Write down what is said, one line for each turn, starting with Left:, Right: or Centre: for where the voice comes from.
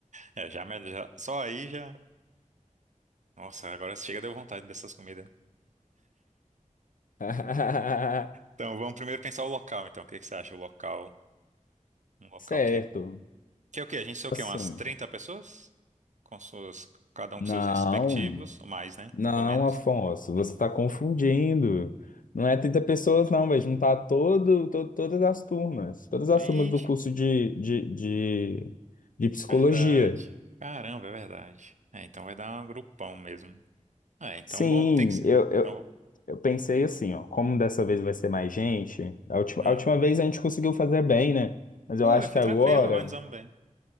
Right: É, já, me- já- só aí já. Nossa, agora chega deu vontade dessas comidas.
Left: <laughs>
Right: Então, vamos primeiro pensar o local, então. O que que você acha? O local, um local
Left: Certo.
Right: que. Que é o quê? A gente sei o
Left: Assim,
Right: quê? Umas 30 pessoas? Com suas. Cada um
Left: não.
Right: com seus respectivos, ou mais, né?
Left: Não,
Right: Ou menos.
Left: Afonso, você está confundindo. Não é 30 pessoas, não, vai juntar todo, to- todas as turmas. Todas as
Right: Ixi,
Left: turmas do curso de, de, de, de psicologia.
Right: verdade. Caramba, é verdade. É, então vai dar um grupão mesmo. É, então
Left: Sim,
Right: bom, tem que ser.
Left: eu, eu,
Right: Então,
Left: eu pensei assim, ó, como dessa vez vai ser mais gente, a última,
Right: hum.
Left: a última vez a gente conseguiu fazer bem, né? Mas
Right: Foi,
Left: eu acho
Right: foi
Left: que agora,
Right: tranquilo, organizamos bem.